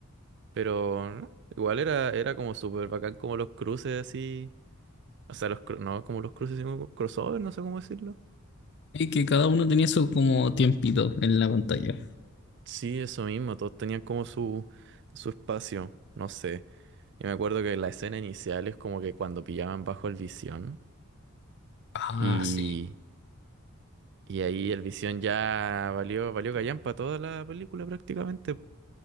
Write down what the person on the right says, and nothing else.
Pero no, igual era, era como súper bacán como los cruces así. O sea, los, cru- no como los cruces, sino como crossover, no sé cómo decirlo.
Sí, eso mismo, todos tenían como su, su espacio, no sé. Y me acuerdo que la escena inicial es como que cuando pillaban bajo el Visión
y,
y ahí el Visión ya valió, valió callampa toda la película prácticamente,